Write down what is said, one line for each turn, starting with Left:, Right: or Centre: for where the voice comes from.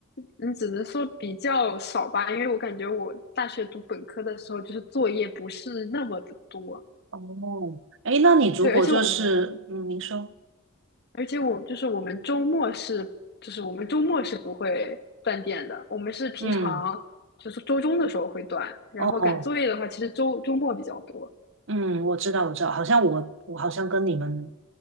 Left: 你只能说比较少吧，因为我感觉我大学读本科的时候，就是作业不是那么的多。
Right: 哦，哎，那你如果就是嗯，
Left: 对，而且我们
Right: 您说，
Left: 而且我就是我们周末是，就是我们周末是不会断电的，我们是平常就是周中的时候会断，
Right: 嗯。
Left: 然后赶作业的话，
Right: 哦。
Left: 其实周周末比较多。
Right: 嗯，我知道，我知道，好像我我好像跟你们